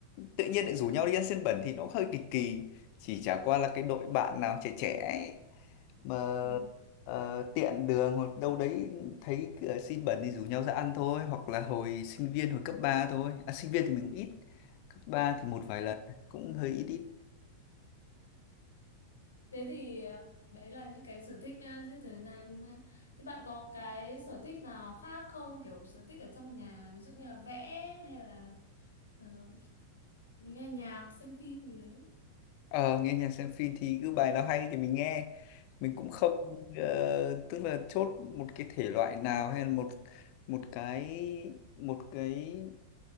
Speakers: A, on the left; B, on the left.
A: tự nhiên lại rủ nhau đi ăn xiên bẩn thì nó hơi kỳ kỳ chỉ chả qua là cái đội bạn nào trẻ trẻ ấy, mà
B: ừ.
A: ờ, tiện đường hoặc đâu đấy thấy ờ, xiên bẩn thì rủ nhau ra ăn thôi hoặc là hồi sinh viên hồi cấp 3 thôi à, sinh viên thì mình cũng ít cấp 3 thì một vài lần cũng hơi ít ít
B: Thế thì à, đấy là những cái sở thích à, giết thời gian. à. Thế bạn có cái sở thích nào khác không? Kiểu sở thích ở trong nhà, ví dụ như là vẽ hay là ờ, nghe nhạc, xem phim gì đấy.
A: Ờ, nghe nhạc xem phim thì cứ bài nào hay thì mình nghe. Mình cũng không ờ, tức là chốt một cái thể loại nào hay là một một cái một cái